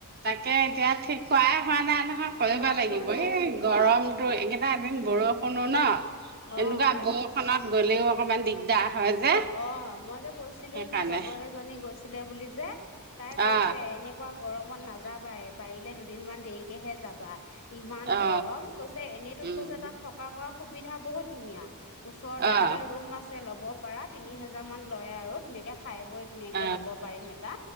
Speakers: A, on the right; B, on the left.
A: তাকে এতিয়া ঠিক কৰা হোৱা নাই নহয়
B: ঠিক
A: কৰিব
B: কৰা
A: লাগিব
B: হোৱা নাই
A: এই গৰমটো এইকেইটা এদিন বৰষুণো ন
B: অ',
A: এনেকুৱা
B: অ'।
A: বৰষুণত গ'লেও অকমান দিগদাৰ। হয় যে
B: অ', মই যে কৈছিলো
A: সেইকাৰণে
B: মোৰ লগৰ এজনী গৈছিলে বুলি যে তাই কৈছে
A: অ
B: এনেকুৱা গৰমত নাযাবাই পাৰিলে দুদিনমান দেৰিকেহে যাবা। ইমান
A: অ
B: গৰম কৈছে এনেইতন
A: উম
B: কৈছে তাত থকা কৰা সুবিধা বহুত ধুনীয়া। ওচৰতে
A: অ
B: বোলে ৰুম আছে ল'ব পাৰা তিনি হেজাৰ মান লয় আৰু ধুনীয়াকে। খাই বৈ ধুনীয়াকে
A: অ',
B: ল'ব পাৰিম এটা